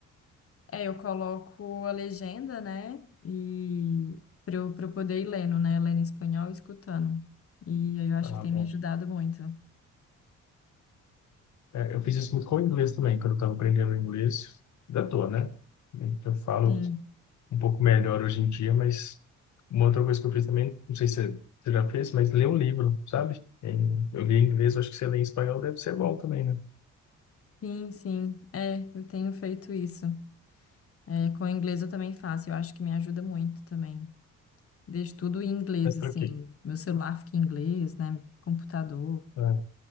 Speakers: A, on the left; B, on the left.
A: É, eu coloco a legenda, né? E pra eu, pra eu poder ir lendo, né? Lendo em espanhol e escutando. E aí eu acho
B: Ah,
A: que tem
B: bom.
A: me ajudado muito.
B: É, eu fiz isso muito com o inglês também, quando eu estava aprendendo inglês. Ainda tô, né? Eu falo
A: Sim,
B: um pouco melhor hoje em dia, mas uma outra coisa que eu fiz também, não sei se você você já fez, mas ler um livro, sabe? Em- Eu li em inglês, eu acho que você lê em espanhol deve ser bom também, né?
A: sim, sim. É, eu tenho feito isso. É, com o inglês eu também faço, eu acho que me ajuda muito também. Deixo tudo em inglês,
B: Mas pra
A: assim,
B: quê?
A: meu celular fica em inglês, né? Computador,
B: Ah,